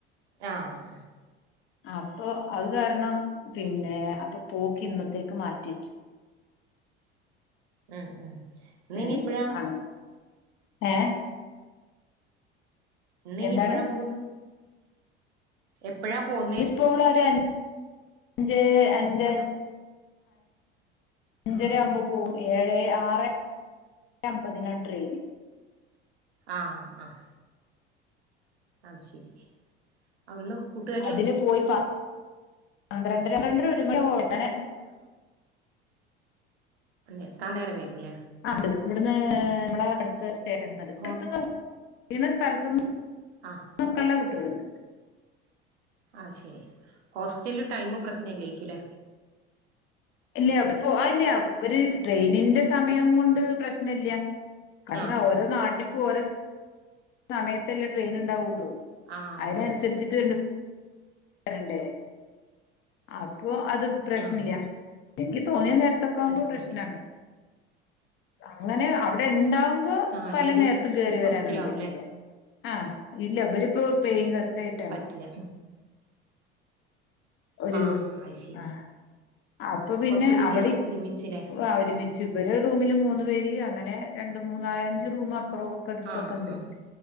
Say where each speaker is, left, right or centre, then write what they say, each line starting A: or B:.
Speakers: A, on the right (about 75°); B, on the left (about 35°).
A: ആഹ
B: അപ്പൊ അത് കാരണം പിന്നെ അപ്പൊ പോക്ക് ഇന്നത്തേക്ക് മാറ്റിവ വെച്ചു
A: ഉം ഉം ഇന്ന്
B: ഉ
A: ഇനി എപ്പഴാ
B: ആ ഏ
A: ഇന്ന് ഇനി
B: എന്താണ്
A: എപ്പഴാ പോകന്ന് എപ്പോഴാ പോന്നത്-
B: ഇപ്പോ ഉള്ള ഒരു അഞ്ച് അഞ്ച് അഞ്ചര
A: ആഹ്
B: ആവുമ്പോ പോകവും ഏഴ് ആറ് അമ്പതിനാണ് ട്രെയിന്
A: ആഹ് ആഹ് അത് ശരി അവിടുന്നും കുട്ട്
B: അതിന് പോയി പന്ത്രണ്ടണ്ടര ഒരു മണി ആകും അവിടെ എത്താൻ
A: എത്താ നേരം വൈകൂലേ
B: ആത് ഇവിടുന്ന് നമ്മ അടുത്ത് സ്റ്റേഷൻ ഇവിടു
A: ഹോസ്
B: സ്ഥലത്തു
A: ആഹ്
B: <unintelligible> കുട്ടികളുണ്ട്
A: ആ ശരി ഹോസ്റ്റൽ ടൈം പ്രശ്നം ഇല്ലായിരിക്കും അല്ലേ
B: ഇല്ല അ പോ ഇല്ല അവര് ട്രെയിനിന്റെ സമയം കൊണ്ട് പ്രശ്ന ഇല്ല കാരണം
A: ആഹ്
B: ഓരോ
A: ആഹ്
B: നാട്ടിക്കും ഓരോ സമയത്തല്ലേ ട്രെയിൻ ഉണ്ടാവുള്ളൂ
A: ആഹ് അതെ
B: അതിനനുസരിച്ചിട്ട്
A: അതെ
B: വരണ്ടേ അപ്പൊ അത് പ്രശ്ന
A: ആഹ്
B: ഇല്ല എനിക്ക് തോന്നിയ നേരത്തെൊക്കെ ആവുമ്പോ
A: പ്രശ്നല്ല
B: പ്രശ്നാണ് അങ്ങനെ അവിടെ ഉണ്ടാവുമ്പോ
A: ആഹ്
B: പല
A: ലേഡീസ്
B: നേരത്തും കയറി
A: ഹോസ്റ്റലാവൂല്ലേ
B: വരാനൊന്നും പറ്റില്ല ആഹ് ഇല്ല ഇവരിപ്പോ പെയിൻ ഗസ്റ്റ്‌ ആയിട്ട്
A: പറ്റില്ല
B: ഒരു
A: ആഹ് അത് ശരി
B: ആ അപ്പൊ പിന്നെ
A: കൊറച്ച് കുട്ടികള്
B: അവിടെ
A: ഒരുമിച്ചില്ലേ
B: ഒരുമിച്ച് പക്ഷേ ഇവരെ റൂമില് മൂന്ന് പേര് അങ്ങനെ രണ്ട് മൂന്ന് അഞ്ച് റൂം അപ്പുറം അടുത്തൊക്കെ
A: ആഹ്
B: ഉണ്ട്
A: ആഹ്